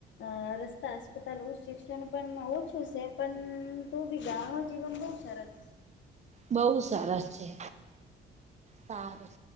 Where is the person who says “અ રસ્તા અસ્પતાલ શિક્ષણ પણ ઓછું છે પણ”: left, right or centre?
Left